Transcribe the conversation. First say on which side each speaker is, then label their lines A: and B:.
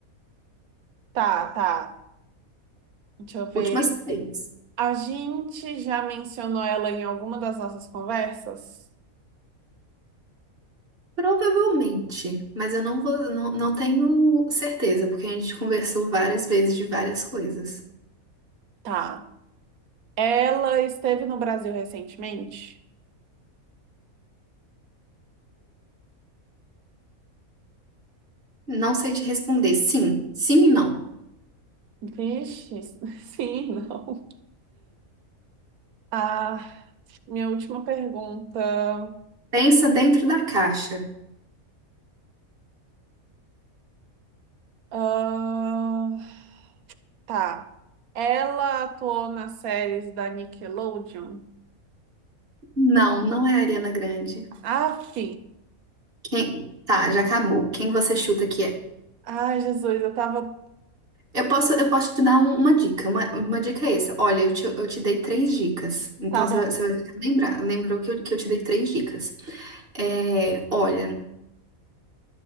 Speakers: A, on the right (about 85°); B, on the right (about 40°).
A: Tá, tá. Deixa eu ver.
B: Últimas três.
A: A gente já mencionou ela em alguma das nossas conversas?
B: Provavelmente, mas eu não vou, não, não tenho certeza, porque a gente conversou várias vezes de várias coisas.
A: Tá. Ela esteve no Brasil recentemente?
B: Não sei te responder. Sim, sim e não.
A: Vixe, <laughs> sim, não. Ah, minha última pergunta.
B: Pensa dentro da caixa.
A: Ah, tá. Ela atuou nas séries da Nickelodeon.
B: Não, não é a Ariana Grande.
A: Aff!
B: Quem... Tá, já acabou. Quem você chuta que é?
A: Ai, Jesus, eu tava.
B: Eu posso, eu posso te dar um- uma dica. Uma, uma dica é essa. Olha, eu te, eu te dei três dicas. Então
A: Tá bom.
B: você vai você vai ficar lembrar. Lembrou que eu, que eu te dei três dicas. É, olha,